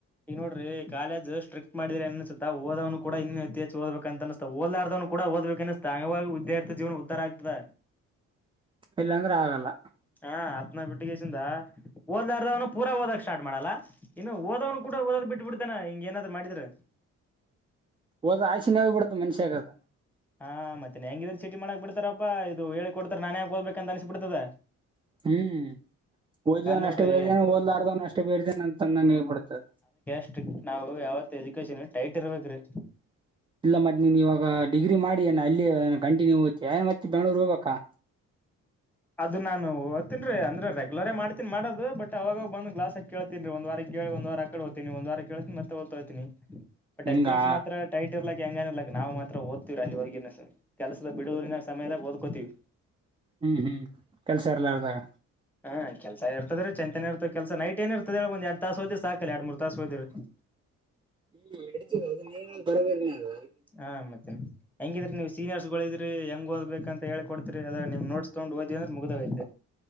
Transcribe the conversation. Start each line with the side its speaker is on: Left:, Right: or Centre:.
Centre: ಈ ನೋಡ್ರಿ ಕಾಲೇಜ್ ಸ್ಟ್ರಿಕ್ಟ್ ಮಾಡಿದ್ರ ಅನಿಸಸುತ್ತಾ ಓದ್ನು ಕೂಡ ಇನ್ನು ಹೆಚ್ಚು ಓದಬೇಕ ಅನಿಸ್ತದ ಓದಲಾರ್ದ್ನು ಕೂಡ ಓದ್ಬೇಕು ಅನ್ಸುತ್ತೆ ಅವಾಗ ವಿದ್ಯಾರ್ಥಿ ಜೀವನ ಉದ್ಧರ ಆಗ್ತದ.
Right: ಇಲ್ಲಾಂದ್ರೆ ಆಗಲ್ಲ.
Centre: ಹಾ ಹತ್ನ ಬಿಟ್ಟಿಗೆಸಿಂದ ಓದಲಾರ್ದವನು ಪೂರ ಓದಕ್ ಸ್ಟಾರ್ಟ್ ಮಾಡಲ್ಲ ಇನ್ನು ಓದವ್. ಕೂಡ ಹೋದ್ ಬಿಟ್ ಬಿಡತಾನ ಇಂಗ ಏನಾದ್ರ ಮಾಡಿದ್ರ..
Right: ಒದ್ದದು ಆಸೆ ಹವು ಬಿಡತ ಮನುಷ್ಯಗದ
Centre: ಹಾ ಮತ್ತೆನ್ ಹೆಂಗಿದ್ರ ಚೀಟಿ ಮಾಡಕ್ ಬಿಡ್ತಾರಪ್ಪಾ ಇದು ಹೇಳಿ ಕೊಡ್ತ ನನ್ಂ ದ್ಬೇಕ ಅನ್ಸಬಿಡ್ತದ.
Right: ಹ್ಮ್ ಓದ್ದವ್
Centre: ನೋಡ್ರಿ
Right: ಅಷ್ಟೇ ಬೇರ್ಜನ ಓದ್ಲಾರ್ದವ್ನ ಅಷ್ಟೇ ಬೇರ್ಜನ ಅಂತ ಅಂಗೆ ಆಗಿ ಬಿದ್ಯಾತ್ತದ
Centre: ಸ್ಟ್ರಿಕ್ ನಾವು ಯಾವತ್ ಎಜುಕೇಶನ್ ಟೈಟ್ ಇರ್ಬೇಕ ರೀ.
Right: ಇಲ್ಲ ಮತ್ತೆ ನೀನ್ ಇವಾಗ ಡಿಗ್ರಿ ಮಾಡಿ ನ ಅಲ್ಲಿ ಕಂಟಿನ್ಯೂ ಓ್ತ ಮತ್ತೆ ಬೆಂಗ್ಳೂರು ಹೋಗ್ಬೇಕಾ.
Centre: ಅದು ನಾನು ಹೋಗ್ತೀನಿ ರಿ ಅಂದ್ರೆ ರೆಗ್ಯುಲರೇ ಮಾಡ್ತೀನಿ ಮಾಡದು ಬಟ್ ಅವಾಗ ಬಂದು ಕ್ಲಾಸ್ಕ್ ಕೇಳ್ತೀನಿಒಂದ್ ವಾರ ಕೇಳಿ ಒಂದ್ ವಾರ. ಕಡೆ ಹೋತೀನಿ ಒಂದ್ ವಾರ ಕೇಳ್ತನ ಮತ್ತ ದ್ತ <unintelligible> ಹೋತನಿ ಬಟ್
Right: ಹಿಂಗಾ
Centre: ಎಕ್ಸಾಮ್ಸ್ ಮಾತ್ರ. ಟೈಟ್ ಇರ್ಲಿಕ್ ಹೆಂಗ ಇರ್ಲಿಕ್ ನಾ ಮಾತ್ರ ಓದತಿೀವಿ ಅಲ್ಲಿ ಹಗಿಿನ ಕೆಲಸದ ಬಿಡೋರಿನ ಸಮಯದ ಓದ್ಕೋತಿವಿ.
Right: ಹ್ಮ್ ಹ್ಮ್ ಕೆಲ್ಸ ಇರಲಾರದಾಗ.
Centre: ಹಾ ಕೆಲ್ಸ ಇರ್ತದರಿ ಚಂತೆಂತನೆ ಇರ್ತದೆ ಕೆಸೈಟ್ ಏ ಇರ್ತದ ಒಂದ ಎರಡ್ ತಾಸ ಹೊತ್ತಿವಿ ಸಾಕಲ್ಲ ಎರಡ್ ಮೂ ತಾಸ ಹೋತ್ತಿವಿ ಸಾಕ ಅಲ್ಲ
Right: ಹ್ಮ್ ನಡಿತದೇ ಅದು ನೀವ ಬರಬೇರನ <unintelligible> ಅಲ್ಲ.
Centre: ಹಾ ಮತ್ತೆ ಹೆಂಗಿದ್ರಿ ನೀವ್ ಸೀನಿಯರ್ಸ್ ಗಳು ಇದ್ರಿ ಹೆಂಗ್ ಓದ್ಬೇಕು. ಯಂತ ಹೇಳಿ ಕೊಡ್ತಿೀರಿ ಅದ ನಿಮ ನೋಡ್ಸ್ಕೊಂಡು ಓದಿದ್ರೆ ಮುಗೋಗೈತೆ.